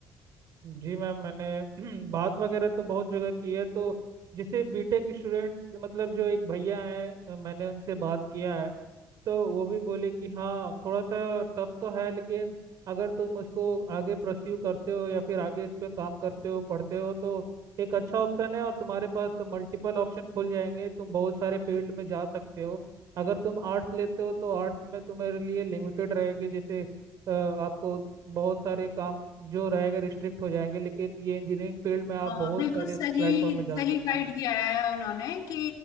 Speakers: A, on the right (about 65°); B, on the left (about 75°).
A: जी मैम मैंने <clears throat> बात वगैरह तो बहुत जगह की है तो जैसे बीटेक स्टूडेंट मतलब जो एक भैया है मैंने उनसे बात किया है तो वो भी बोले कि हाँ थोड़ा सा टफ तो है लेकिन अगर तुम उसको आगे प्रस्यू करते हो या फिर आगे इस पे काम करते हो पढ़ते हो तो एक अच्छा ऑप्शन है और तुम्हारे पास मल्टीपल ऑप्शन खुल जाएंगे तुम बहुत सारे फील्ड में जा सकते हो अगर तुम आर्ट्स लेते हो तो आर्ट्स में तुम्हारे लिए लिमिटेड रहेगी जैसे अ, आपको बहुत सारे काम जो रहेगा रिस्ट्रिक्ट हो जाएंगे लेकिन ये इंजीनियरिंग फील्ड में आप
B: हाँ
A: बहुत
B: बिल्कुल
A: सारे
B: सही
A: प्लेटफॉर्म में जा
B: सही
A: सकते
B: गाइड
A: हैं
B: किया है उन्होंने कि